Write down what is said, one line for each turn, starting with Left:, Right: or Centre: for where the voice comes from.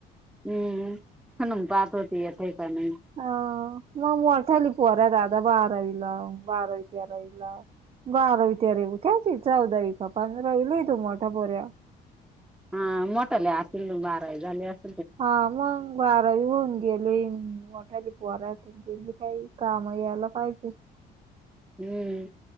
Centre: हम्म खणून पाहात होती येतेयका नाही.
Right: ह- मग मोठाली पोरा आता बारावीला बारावी तेरावीला. बारावी तेरावी कयाची, चौदावि का पंधरावीलाये तो मोठा पोऱ्या.
Centre: हा मोठाले असतील मंग बारावि झाले अस
Right: हा मंग. बारावी होऊन गेलीन, मोठाली पोरा असतात तेला काही काम यायला पाहिजे.
Centre: हम्म